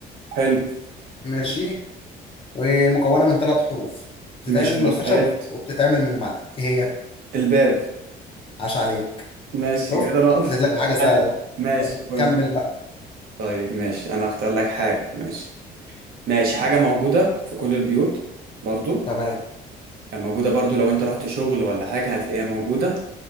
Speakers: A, on the right; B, on the left.
A: حلو
B: ماشي ومكونه من ثلاث حروف بتتعمل
A: ماشي خلاص
B: من الخشب
A: عرفت
B: وبتتعمل من المعدن ايه هي
A: الباب
B: عاش عليك
A: ماشي
B: شفت
A: كده نقطة
B: اديت لك بحاجه سهله
A: حلو
B: اهو
A: ماشي
B: طب
A: بوينت
B: كمل بقى
A: طيب ماشي انا هختار لك حاجة ماشي ماشي حاجة موجودة في كل البيوت برضو
B: تمام
A: موجودة برضو لو انت رحت شغل ولا حاجة هتلاقيها موجودة